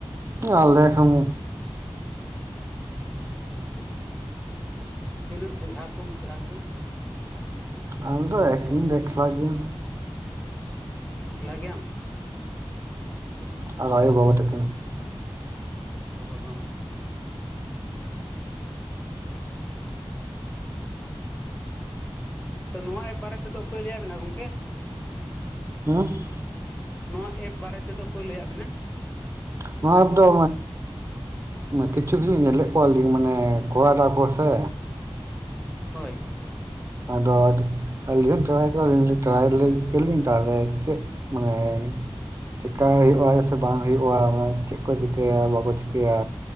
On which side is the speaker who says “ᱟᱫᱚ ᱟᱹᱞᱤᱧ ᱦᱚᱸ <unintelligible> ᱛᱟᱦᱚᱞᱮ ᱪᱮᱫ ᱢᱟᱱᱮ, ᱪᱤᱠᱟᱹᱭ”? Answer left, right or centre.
Right